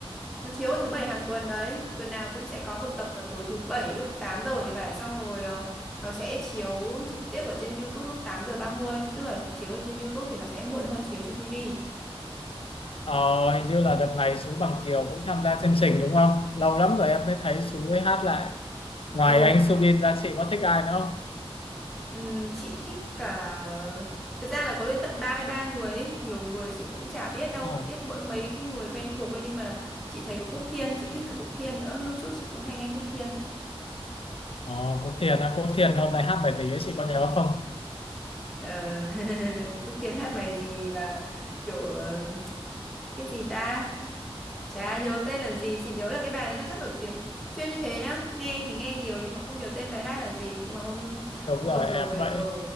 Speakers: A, in the centre; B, on the left.
A: nó chiếu vào thứ bảy hàng tuần đấy tuần nào cũng sẽ có một tập vào tối thứ bảy lúc 8 giờ thì phải xong rồi ờ, nó sẽ chiếu trực tiếp ở trên YouTube lúc tám giờ ba mươi tức là chiếu ở trên YouTube thì nó sẽ muộn hơn chiếu trên TV
B: ờ, hình như là đợt này Sú Bằng Kiều cũng tham gia chương trình đúng không lâu lắm rồi em mới thấy Sú mới hát lại ngoài
A: ừ
B: anh Subin ra chị có thích ai nữa không
A: ừm, chị thích cả thực ra là có đến tận 33 người ấy. nhiều người chị cũng chả biết đâu
B: ồ
A: biết mỗi mấy cái người quen thuộc thôi nhưng mà chị thấy có Quốc Thiên chị thích cả Quốc Thiên nữa lúc trước chị cũng hay nghe Quốc Thiên
B: ờ, Quốc Thiền á Quốc Thiền hôm nay hát bài gì ấy chị có nhớ không
A: ờ, <laughs> Quốc Thiên hát bài gì mà kiểu ờ, cái gì ta chả nhớ tên là gì chỉ nhớ là cái bài đấy nó rất nổi tiếng chuyên như thế nhá nghe thì nghe nhiều nhưng mà không nhớ tên bài hát là gì nhưng mà hôm
B: đúng
A: hôm
B: rồi
A: vừa rồi
B: em vậy
A: ờ